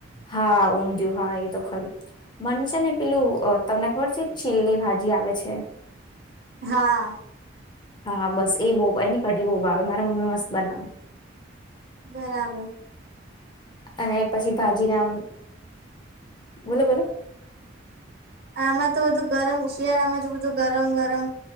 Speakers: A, on the left; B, on the right.
A: હા ઊંધિયું હા એ તો ખરું મન છે ને પેલું તમને ખબર છે. ચીલની ભાજી આવે છે..
B: હા.
A: હા બસ એ બહુ એની કઢી બહુ ભાવ મારા મમ્મી મસ્ત બનાવે..
B: બરાબર.
A: અને પછી ભાજી ના. બોલો-બોલો
B: આમાં તો બધું ગરમ શિયાળામાં તો બધું ગરમ-ગરમ